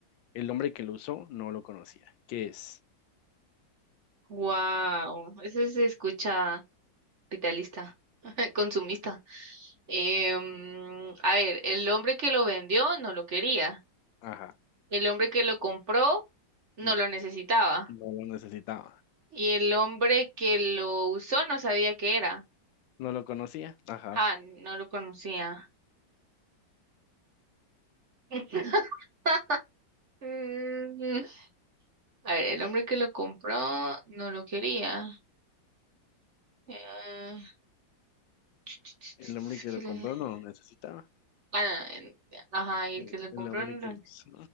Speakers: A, on the left; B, on the right.
A: El hombre que lo usó no lo conocía. ¿Qué es?
B: Wow. Eso se escucha capitalista, <laughs> consumista. Em, a ver, el hombre que lo vendió no lo quería.
A: Ajá.
B: El hombre que lo compró no
A: n-
B: lo necesitaba.
A: No lo necesitaba.
B: Y el hombre que lo usó no sabía qué era.
A: No lo conocía. Ajá.
B: Ah, no lo conocía. <laughs> Mm, A ver, el hombre que lo compró no lo quería. Eh, <tsk>
A: El hombre que lo compró no lo necesitaba.
B: Bueno, en- ajá,
A: El,
B: y el que lo
A: el
B: compró
A: hombre
B: no
A: que lo
B: lo,
A: usó